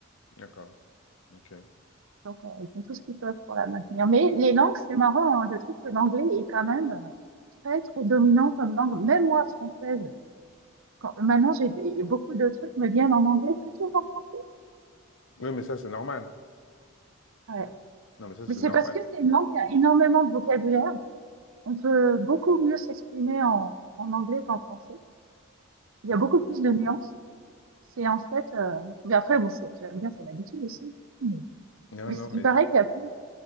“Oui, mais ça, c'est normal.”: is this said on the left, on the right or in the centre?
Left